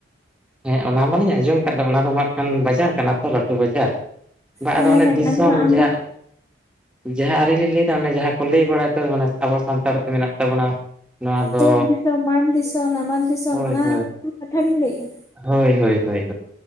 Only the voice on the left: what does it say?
ᱦᱮᱸ
ᱦᱮᱸ
ᱟᱫᱚ ᱦᱟᱸᱜ
ᱚᱱᱠᱟ
ᱛᱩᱝ ᱫᱤᱥᱚᱢ ᱢᱟᱱ ᱫᱤᱥᱚᱢ ᱱᱟᱢᱟᱞ ᱫᱤᱥᱚᱢ
ᱚᱱᱟ
ᱠᱟᱛᱷᱟ ᱵᱤᱱ ᱞᱟᱹᱭᱮᱜᱼᱟ